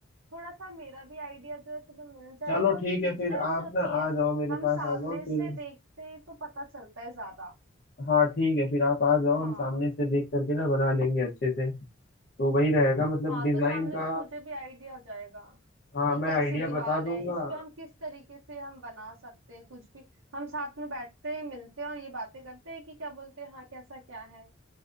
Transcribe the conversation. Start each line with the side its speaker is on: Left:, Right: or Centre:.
Right: थोड़ा सा मेरा भी आइडिया जो है तुम्हें मिल जाएगा
Left: चलो
Right: और
Left: ठीक
Right: चीज
Left: है फिर
Right: ना ऐसी
Left: आप
Right: होती
Left: ना
Right: है
Left: आ जाओ मेरे
Right: हम
Left: पास
Right: सामने
Left: आ जाओ
Right: से
Left: फिर
Right: देखते हैं तो पता चलता है ज्यादा
Left: हाँ ठीक है फिर आप आ जाओ हम
Right: हाँ
Left: सामने से देख करके ना बना लेंगे अच्छे से तो वही रहेगा मतलब
Right: हाँ
Left: डिजाइन
Right: तो सामने
Left: का
Right: से मुझे भी आइडिया हो जाएगा
Left: हाँ
Right: कि
Left: मैं
Right: कैसी
Left: आइडिया
Right: दीवार
Left: बता दूंगा
Right: है इस पे हम किस तरीके से हम बना सकते हैं कुछ भी हम साथ में बैठते हैं मिलते हैं और ये बातें करते हैं कि क्या बोलते हैं हाँ कैसा क्या है